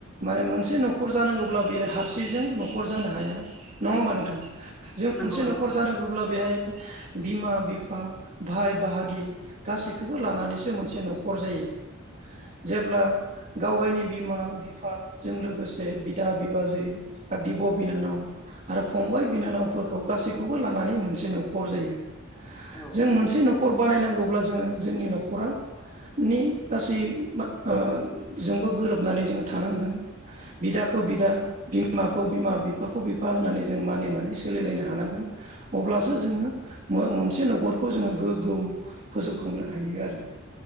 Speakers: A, on the right; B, in the centre.
A: माने मोनसे न'खर जानांगौब्ला बियो हारसिंजों न'खर जानो हाया नङा होमबा नोंथां। जों मोनसे
B: नंगौ
A: न'खर
B: नंगौ
A: जानांगौब्ला बेहाय बिमा बिफा ओ। भाय बाहागि गासैखौबो लानानैसो मोनसे न' न'खर जायो जेब्ला गाव गावनि बिमा बिफाजों लोगोसे बिदा बिबाजै बिब' बिनानाव आरो फंबाय बिनानावफोरखौ गासैखौबो लानानै मोनसे न'खर जायो
B: औ
A: जों मोनसे न'खर न'खर बानायनांगौब्ला जोङो जोंनि न'खरा नि गासै ओ जोंबो गोरोबनानै जोङो थानांगोन बिदाखौ बिदा बिमाखौ बिमा बिफाखौ बिफा होननानै जों मानिनानै सोलिलायनो हानांगोन अब्लासो
B: नंगौ
A: जोङो मोनसे न'खरखौ खौ जोङो गोगोम फोजौखांनो हायो आरो